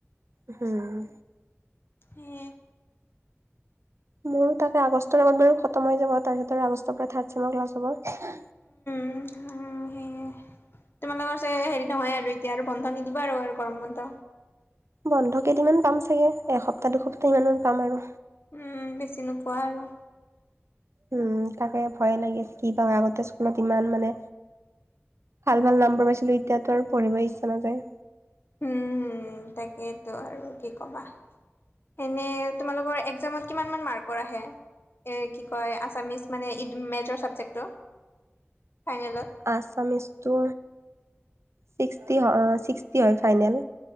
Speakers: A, on the right; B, on the left.
A: উম
B: হে
A: মোৰো তাকে আগষ্টৰ আগত মানে খতম হৈ যাব তাৰ ভিতৰ আগষ্টৰ পৰা থাৰ্ত ছেম ক্লাছ হ'ব।
B: উহ হোম হে এ তোমালোকৰ চাগে হেৰি নহয় আৰু এতিয়া আৰু বন্ধ নিদিব আৰু গৰম বন্ধ।
A: বন্ধ কেইদিনমান পাম চাগে এসপ্তাহ দুসপ্তাহ সিমান মান পাম আৰু
B: উ বেছি নোপোৱা আৰু
A: উম তাকে ভয়ে লাগিছে কি বা আগতে স্কুলত ইমান মানে ভাল ভাল নাম্বৰ পাইছিলোঁ এতিয়াতো আৰু পঢ়িব ইচ্ছা নাযায়।
B: উম তাকেইতো আৰু কি কবা এনে তোমালোকৰ একজামত কিমান মান মাৰ্কৰ আহে এ কি কয় আছামিছ মানে ই মেজৰ চাবজেক্টটো ফাইনেলত?
A: আচামিচটো ছিক্সটি হয় ছিক্সটি হয় ফাইনেল